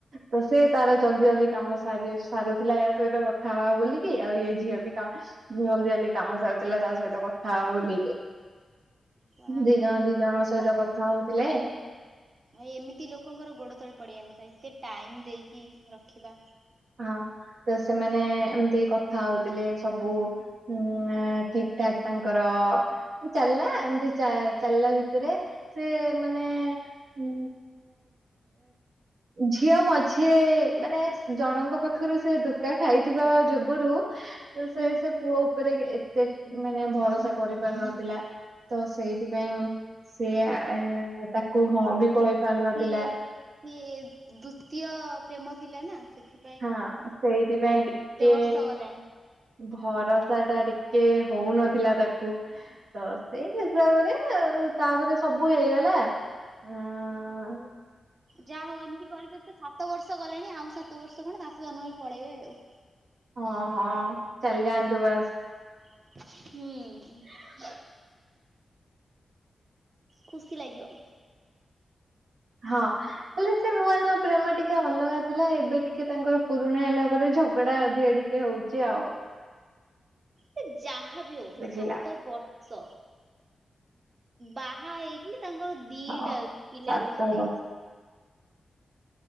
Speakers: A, on the right; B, on the right.
A: ତ ସେ ତାର ଜଲଦି ଜଲଦି କାମ ସରି ସାରୁଥିଲା ୟା ସହିତ କଥା ହ ବୋଲିକି ଆଉ ଇ ଝିଅ ବି କା ଜଲଦି ଜଲଦି କାମ ସାରଥିଲା ତା ସହିତ କଥା ବୁଲିକି।
B: ୱା
A: ଦି
B: ଭାଇ
A: ଜଣ ଦି ଜଣଙ୍କ
B: ସାବାସ୍
A: ସହିତ କଥା ହଉଥିଲେ
B: ଭାଇ ଏମିତି ଲୋକଙ୍କର ଗୋଡ଼ ତଳେ ପଡ଼ିବା କଥା ଏତେ ଟାଇମ୍ ଦେଇକି ରଖିବା।
A: ହଁ ତ ସେମାନେ ଏମିତି କଥା ହଉଥିଲେ ସବୁ ହୁଁ ଠିକ ଠାକ ତାଙ୍କର ଚାଲିଲା ଏମତି ଚା ଚାଲିଲ ଭିତରେ ସେ ମାନେ ଉ ଝିଅ ମଝିରେ ମାନେ ଜଣଙ୍କ ପାଖରୁ ସେ ଧୋକା ଖାଇଥିବା ଯୁଗୁରୁ ତ ସେ
B: ହୁଁ
A: ସେ ପୁଅ ଉପରେ ଏତେ ମାନେ ଭରସା କରିପାରୁ ନଥିଲା। ତ ସେଇଥିପାଇଁ ସେଏ ତାକୁ ହଁ
B: ଦେଖେ
A: ବି କହିପାରୁନଥିଲା।
B: ସିଏ ସିଏ ଦ୍ଵିତୀୟ ପ୍ରେମ ଥିଲା ନା ସେଠି
A: ହଁ ସେଇଥିପାଇଁ ଟିକେ
B: ବର୍ଷ ଗଲାଣି
A: ଭରସା ଟା ଟିକେ ହଉନଥିଲା ତାକୁ ତ ସେଇ ହିସାବରେ ତାପରେ ସବୁ ହେଇଗଲା। ହଁ
B: ଯାହା ହଉ ଏମିତି କରିକ ତ ସାତ ବର୍ଷ ଗଲାଣି ଆଉ ସାତ ବର୍ଷ କଣ ସାତ ଜନ୍ମ ବି ପଳେଇବେ ଆଉ।
A: ହଁ ହଁ ଚାଲି ଯାଆନ୍ତୁ ବାସ୍
B: ହୁଁ।
A: <unintelligible>
B: ଖୁସି ଲାଗିବ।
A: ହଁ ହେଲେ ସେ ନୂଆ ନୂଆ ପ୍ରେମ ଟିକେ ଅଲଗା ଥିଲା ଏବେ ଟିକେ ତାଙ୍କର ପୁରୁଣା ହେଲା ପରେ ଝଗଡା ଅଧିକ ଟିକେ କେ ହଉଚି ଆଉ
B: ସେ ଯାହାବି ହଉ
A: ବୁଝିଲ
B: ସାତ ବର୍ଷ ବାହା ହେଇଥିଲେ ତାଙ୍କର ଦିଟା
A: ହଁ।
B: ପିଲା
A: ସାତ
B: ରୁହନ୍ତେ।
A: ବର୍ଷ